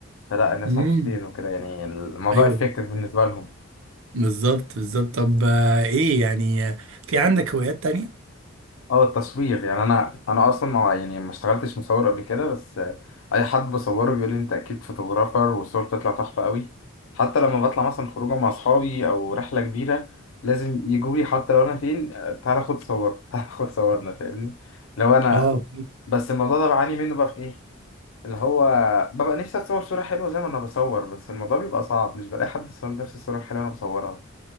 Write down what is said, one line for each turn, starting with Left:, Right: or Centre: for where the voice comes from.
Left: فلا الناس
Right: امم
Left: مبسوطين وكده يعني الموضوع
Right: ايوه
Left: افكتيف بالنسبه لهم
Right: بالظبط بالظبط طب آه ايه يعني آه، في عندك هوايات تانية؟
Left: اه التصوير يعني انا انا اصلا ما يعني ما اشتغلتش مصور قبل كده بس آه، اي حد بصوره بيقول لي انت اكيد فوتوغرافر والصور بتطلع تحفه قوي حتى لما بطلع مثلا خروجه مع اصحابي او رحله كبيره لازم يجوا لي حتى لو انا فين آه، تعالى خد صور <laughs> تعالى خد صورنا فاهمني لو انا
Right: اه
Left: بس الموضوع ده بعاني منه بقى في ايه اللي هو ببقى نفسي اتصور صوره حلوه زي ما انا بصور بس الموضوع بيبقى صعب مش بلاقي حد يصور نفس الصوره الحلوه اللي انا بصورها